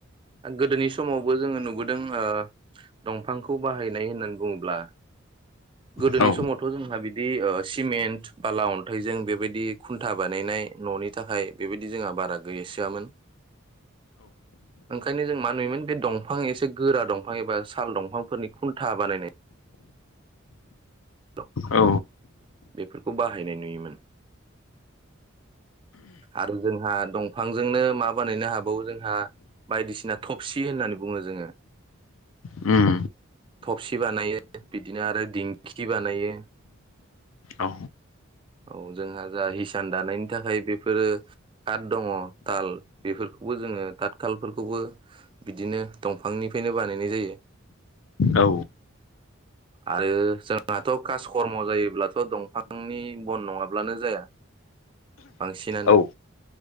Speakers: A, on the right; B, on the left.
A: गोदोनि समावबो जोङो नुबोदों ओ दंफांखौ बाहायनाय होननानै बुङोब्ला गोदोनि
B: औ
A: समावथ जोंहा बिदि बिदि सिमेन्ट बाला अन्थाइजों बेबायदि खुन्था बानायनाय ननि थाखाय बेबायदि जोंहा बारा गैसोआमोन ओंखायनो जों मा नुयोमोन बे दंफां एसे गोरा दंफां एबा साल दंफांफोरनि खुन्था बानायनाय <unintelligible>
B: औ
A: बेफोरखौ बाहायनाय नुयोमोन आरो जोंहा दंफांजोंनो मा बानायनो हाबावो जोंहा बायदिसिना थफसि होननानै बुङो जोङो।
B: उम
A: थबसि बानायो बिदिनो आरो दिंखि बानायो।
B: औ
A: औ जोंहा जा हिसान दानायनि थाखाय बेफोरो काट दङ खाल बेफोरखौबो जोङो ताट खालफोरखौबो बिदिनो दंफांनिफ्रायनो बानायनाय जायो
B: औ
A: आरो जोंहाथ कास कर्म जायोब्ला। <unintelligible> दंफांनि बन नङाब्लानो जाया बांसिनानो
B: औ